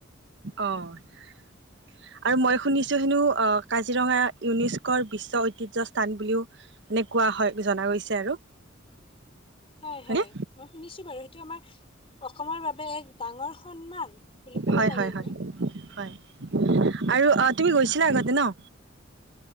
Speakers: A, on the right (about 60°); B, on the left (about 30°).
A: অ', আৰু মই শুনিছো হেনো অ', কাজিৰঙা ইউনেস্কোৰ বিশ্ব ঐতিহ্য স্থান বুলিও মানে কোৱা হয় জনা গৈছে আৰু।
B: হয়,
A: হয়নে
B: হয় মই শুনিছো বাৰু সেইটো আমাৰ অসমৰ বাবে এক ডাঙৰ সন্মান বুলি ক'ব
A: হয়,
B: পাৰি
A: হয়,
B: আমি
A: হয়, হয় আৰু তুমি
B: উম,
A: গৈছিলা আগতে ন'। <inaudible>